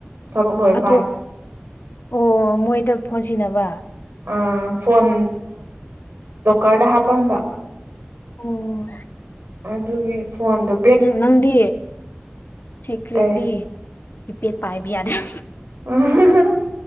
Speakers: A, on the right (about 70°); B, on the left (about 60°).
A: ꯊꯕꯛ ꯂꯣꯏꯔ
B: ꯑꯗꯣ
A: ꯄꯥꯏꯕ
B: ꯑꯣ ꯃꯣꯏꯗ ꯐꯣꯟꯁꯤꯅꯕ
A: ꯑ ꯐꯣꯟ ꯂꯣꯀꯔꯗ ꯍꯥꯞꯄꯝꯕ
B: ꯑꯣ
A: ꯑꯗꯨꯒꯤ ꯐꯣꯟꯗ
B: ꯅꯪꯗꯤ ꯁꯦꯀ꯭ꯔꯦꯠꯂꯤ
A: ꯀꯩ
B: ꯀꯤꯄꯦꯠ ꯄꯥꯏꯕ ꯌꯥꯅꯤꯦ
A: ꯑꯣ